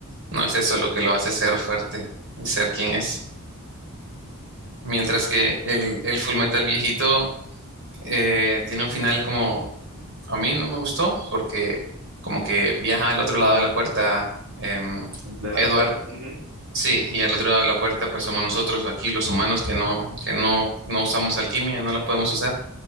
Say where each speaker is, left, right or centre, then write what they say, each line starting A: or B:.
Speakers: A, on the right; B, on the right.
A: no es eso lo que lo hace ser fuerte y ser quien es. Mientras que el, el Full Metal viejito eh, tiene un final como a mí no me gustó porque como que viaja al otro lado de la puerta em,
B: de
A: Edward,
B: la verdad. ujú,
A: sí, y al otro lado de la puerta pues somos nosotros aquí los humanos que no que no no usamos alquimia, no la podemos usar